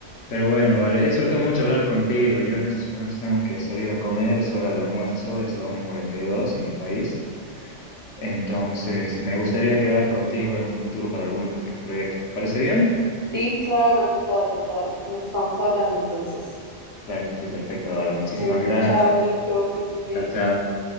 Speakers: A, on the left (about 75°); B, on the right (about 20°).
A: pero bueno, vale, he disfrutado mucho hablar contigo. Yo en estos momentos tengo que salir a comer, es hora del almuerzo, es la 1 y cuarenta y dos en mi país. Entonces, me gustaría quedar contigo en un futuro para alguno que otro proyecto. ¿Te parece bien?
B: Sí, claro, total, total. Nos estamos hablando entonces.
A: Claro que sí, perfecto, vale. Muchísimas
B: Bueno,
A: gracias.
B: chao, Nico, que estés bien.
A: Chao, chao.